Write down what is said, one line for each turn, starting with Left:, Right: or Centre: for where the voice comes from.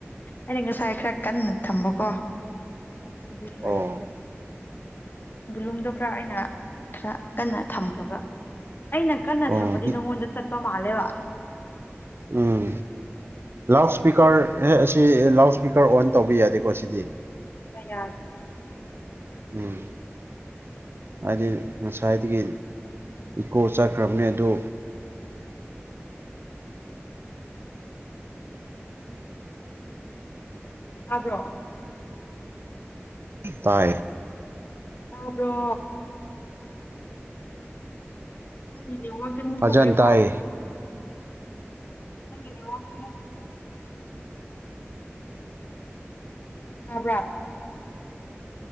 Left: ꯑꯩꯅ ꯉꯁꯥꯏ ꯈꯔ ꯀꯟꯅ ꯊꯝꯕꯀꯣ ꯑꯗꯨꯒꯤ ꯑꯣꯏꯔꯝꯒꯅꯤ
Right: ꯑꯣ
Left: ꯕꯨꯂꯨꯝꯗꯣ ꯈꯔ ꯑꯩꯅ ꯈꯔ ꯀꯟꯅ ꯊꯝꯈ꯭ꯔꯕ ꯑꯩꯅ ꯀꯟꯅ
Right: ꯑꯣ
Left: ꯊꯝꯕꯗꯤ ꯅꯪꯉꯣꯟꯗ ꯆꯠ ꯃꯥꯂꯦꯕ
Right: ꯎꯝ ꯂꯥꯎꯠ ꯏꯁꯄꯤꯀꯔ ꯑꯁꯤ ꯂꯥꯎꯠ ꯏꯁꯄꯤꯀꯔ ꯑꯣꯟ ꯇꯧꯕ ꯌꯥꯗꯦꯀꯣ ꯁꯤꯗꯤ
Left: ꯌꯥꯗꯦ
Right: ꯎꯝ ꯍꯥꯏꯗꯤ ꯉꯁꯥꯏꯗꯒꯤ ꯏꯀꯣ ꯆꯠꯈ꯭ꯔꯕꯅꯦ ꯑꯗꯨ
Left: ꯇꯥꯕ꯭ꯔꯣ
Right: ꯇꯥꯏ
Left: ꯇꯥꯕ꯭ꯔꯣ ꯅꯪꯒꯤ ꯅꯦꯠꯋꯥꯛꯁꯦ ꯑꯃꯨꯛ
Right: ꯐꯖꯅ
Left: ꯍꯧꯔꯦꯀꯣ
Right: ꯇꯥꯏ
Left: ꯅꯪꯒꯤ ꯅꯦꯠꯋꯥꯛꯁꯦ ꯑꯃꯨꯛ ꯍꯧꯔꯦꯕ ꯇꯥꯕ꯭ꯔꯥ